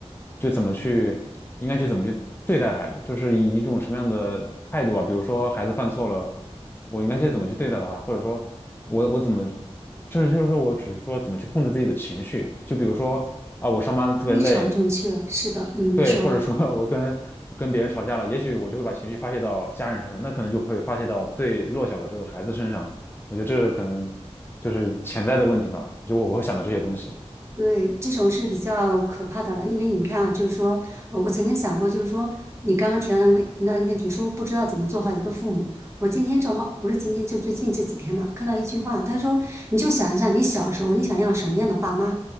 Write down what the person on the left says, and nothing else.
就怎么去应该去怎么去对待孩子，就是以一种什么样的态度啊？比如说孩子犯错了，我应该去怎么去对待他，或者说我我怎么，甚至就是说我只是说怎么去控制自己的情绪，就比如说啊，我上班特别累，
对，
或者说 <laughs> 我跟我跟别人吵架了，也许我就会把情绪发泄到家人身上，那可能就会发泄到最弱小的这个孩子身上。我觉得这可能就是潜在的问题吧，就我我会想到这些东西。